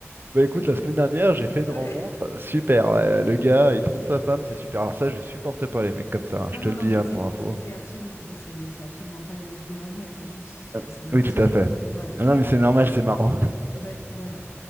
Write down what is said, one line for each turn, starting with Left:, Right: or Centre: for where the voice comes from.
Right: Bah écoute,
Left: Mais c'est...
Right: la semaine dernière, j'ai fait une
Left: ouais.
Right: rencontre, super. ouais, le gars, il trompe sa femme, c'est super. Alors ça, je supporte pas les mecs comme ça, hein,
Left: Non,
Right: je
Left: non,
Right: te le
Left: non,
Right: dis
Left: mais
Right: hein,
Left: c'est
Right: pour info.
Left: c'est absolument, ouais, c'est c'est absolument pas là où je voulais en venir. C'est juste que
Right: Euh,
Left: ça m'a
Right: Oui,
Left: fait
Right: tout
Left: sourire.
Right: à fait.
Left: Voilà,
Right: Ah Non, mais c'est normal, c'est marrant.
Left: Ouais, voilà.